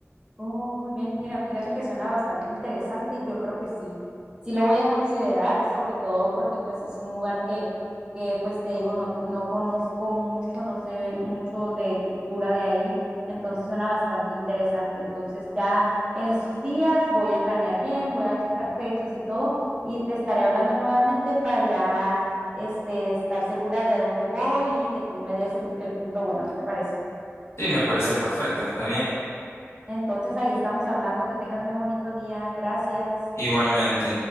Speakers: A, on the right; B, on the left.
A: Oh, muy bien. Mira, fíjate que suena bastante interesante. Yo creo que sí, sí lo voy a considerar, sobre todo porque pues es un lugar que, que pues te digo, no, no conozco mucho, no sé mucho de cultura de ahí, entonces suena bastante interesante. Entonces ya en estos días voy a planear bien, voy a checar fechas y todo, y te estaré hablando nuevamente para ya este, estar segura de a dónde voy y que tú me des el, el punto bueno. ¿Qué te parece?
B: Sí, me parece perfecto, está bien.
A: Entonces ahí estamos hablando. Que tengas muy bonito día. Gracias.
B: Igualmente.